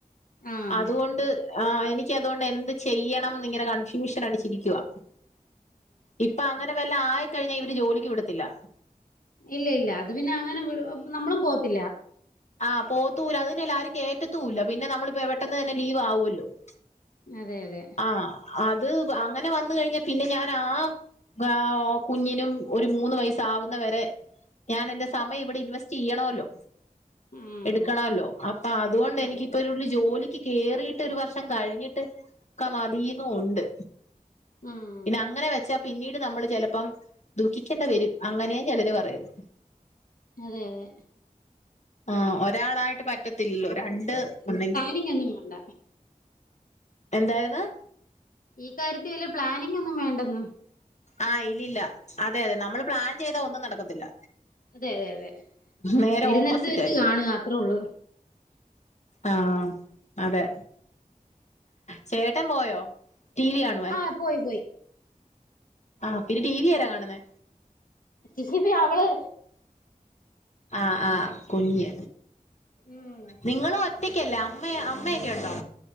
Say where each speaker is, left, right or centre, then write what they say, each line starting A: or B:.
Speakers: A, on the left (about 75°); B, on the left (about 55°).
A: ആഹ്
B: അതുകൊണ്ട് ആഹ് എനിക്ക് അതുകൊണ്ട് എന്ത് ചെയ്യണന്ന് ഇങ്ങനെ കൺഫ്യൂഷൻ അടിച്ചിരിക്കുവാ ഇപ്പൊ അങ്ങനെ വല്ല ആയിക്കഴിഞ്ഞാ ഇവര് ജോലിക്ക് വിടത്തില്ല
A: ഇല്ല ഇല്ല അത് പിന്നെ അങ്ങനെ നമ്മളും പോവത്തില്ല
B: ആഹ് പോവത്തൂല്ല അത് തന്നെ ആരും കേയറ്റത്തൂല്ല പിന്നെ നമ്മളിപ്പോ പെട്ടെന്ന് തന്നെ ലീവ് ആവുമല്ലോ <inaudible>
A: അതെ അതെ
B: ആഹ് അത് അങ്ങനെ വന്ന് കഴിഞ്ഞാ പിന്നെ ഞാൻ ആ ആ കുഞ്ഞിനും ഒരു മൂന്ന് വയസ്സ് ആവുന്നവരെ ഞാൻ എൻ്റെ സമയം ഇവിടെ ഇൻവെസ്റ്റ് ചെയ്യണമല്ലോ
A: ഉം
B: എടുക്കണല്ലോ അപ്പൊ അതുകൊണ്ട് എനിക്ക്
A: അതെ
B: ഇപ്പള്ള ജോലിക്ക് കേറിയിട്ട് ഒരു വർഷം കഴിഞ്ഞിട്ട് ഒക്ക മതീന്നുണ്ട്
A: ഉം
B: പിന്നെ അങ്ങനെ വെച്ചാ പിന്നീട് നമ്മൾ ചെലപ്പം ദുഃഖിക്കേണ്ടി വരും അങ്ങനെ ചെലർ പറയുന്നു
A: അതെ അതെ
B: ആ ഒരാളായിട്ട് പറ്റത്തില്ലല്ലോ രണ്ട് ഒന്നെങ്കി
A: ഇക്ക് ഇനി ഒന്നും വേണ്ട
B: എന്തായിരുന്നു
A: ഈ കാര്യത്തി വെല്യേ പ്ലാനിങ് ഒന്നും വേണ്ടന്ന്
B: ആഹ് ഇല്ലില്ല അതെ അതെ നമ്മൾ പ്ലാൻ ചെയ്താ ഒന്നും നടക്കത്തില്ല
A: അതെ അതെ അതെ
B: നേരെ
A: വരുന്നരത്ത്
B: ഓപ്പോസിറ്റ്
A: വെച്ച്
B: ആയിരിക്കും
A: കാണുക അത്രേ ഉള്ളൂ
B: ആഹ് അതെ ചേ ട്ടൻ പോയോ ടി വി കാണ്
A: ആഹ് പോയി പോയി
B: ആഹ് പിന്നെ ടി വി ആരാ കാണുന്നേ?
A: <inaudible> ക്ക്‌ഞ്ഞി അവള്
B: ആഹ് ആഹ് കുഞ്
A: ഉം
B: നിങ്ങള്ഒറ്റ- ഒറ്റക്കല്ലേ അമ്മ അമ്മയൊക്കെ ഉണ്ടോ